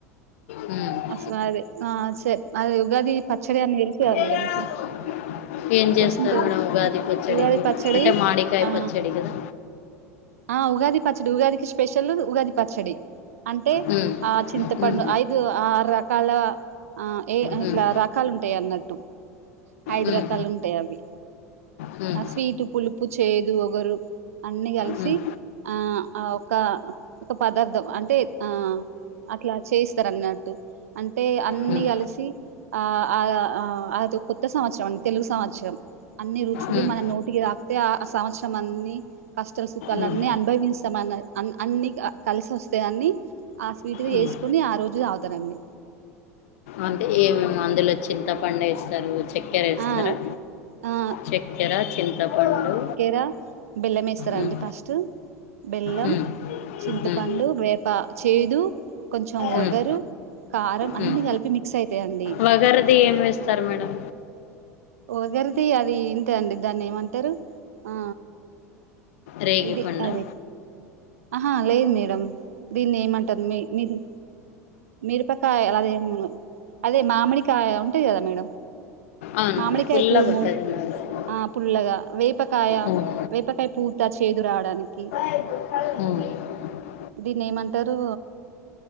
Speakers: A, on the left; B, on the right.
A: హ్మ్.
B: అ-అదే ఆ సే అదే ఉగాది పచ్చడి అని తెల్సు గదా
A: హ్మ్.
B: మేడం మీకు
A: ఏం చేస్తారు
B: తెలిసుంటది
A: మేడం
B: అనుకుంటా
A: ఉగాది పచ్చడికి
B: ఉగాది పచ్చడి
A: అంటే మామిడ్కాయ
B: ఆ
A: పచ్చడి కదా
B: ఆ ఉగాది పచ్చడి ఉగాదికి స్పెషలూ ఉగాది పచ్చడి అంటే
A: మ్మ్.
B: ఆ చింతపండు
A: మ్మ్.
B: ఐదు ఆరు రకాల ఆ ఏ
A: మ్మ్.
B: ఇట్లా రకాలుంటాయన్నట్టు ఐద్రకాలు
A: మ్మ్.
B: ఉంటాయి అవి
A: మ్మ్.
B: ఆ స్వీటు పులుపు చేదు ఒగరు అన్నీ కల్సి
A: మ్మ్. మ్మ్.
B: ఆ ఆ ఒక ఒక పదార్థం అంటే ఆ అట్లా చేస్తారన్నట్టు అంటే అన్ని
A: మ్మ్.
B: కల్సి ఆ-ఆ అదో కొత్త సంవత్సరండి తెలుగు సంవత్సరం అన్ని రుచులు
A: మ్మ్.
B: మన నోటికి తాక్తే ఆ సంవత్సరం అన్నీ కష్టాసుఖాలన్నీ
A: మ్మ్.
B: అనుభవస్తామని అన్ని కల్సోస్తాయని ఆ స్వీటుగ
A: మ్మ్.
B: చేస్కోని ఆ రోజు తాగుతరండి
A: అంటే ఏమేమో అందులో చింతపండేస్తారు చక్కెరేస్తారా
B: ఆ ఆ
A: చక్కెర చింతపండు
B: ఎరా బెల్లమేస్తారండి
A: మ్మ్.
B: ఫస్టు బెల్లం
A: మ్మ్.
B: చింతపండు
A: మ్మ్.
B: వేప చేదు కొంచెం వగరు
A: మ్మ్.
B: కారం అన్ని
A: మ్మ్.
B: కల్పి మిక్సైతాయండి
A: వగరది ఏం వేస్తారు మేడం
B: ఓగర్ది అది అంతే అండి దాన్నేమంటారు ఆ
A: రేగి
B: ఇది
A: పండా
B: అది ఆహా లేదు మేడం దీన్ని ఏమంటారు మీ మీరు మిర్పకాయ అదేమో అదే మామిడికాయ ఉంటది కదా మేడం
A: అవును
B: మామిడికాయ
A: పుల్లగా
B: తూరుము
A: ఉంటుంది నాకు
B: ఆ పుల్లగా వేపకాయ
A: మ్మ్.
B: వేపకాయ పూత చేదు రావడానికి
A: ఉ
B: దీన్నేమంటారు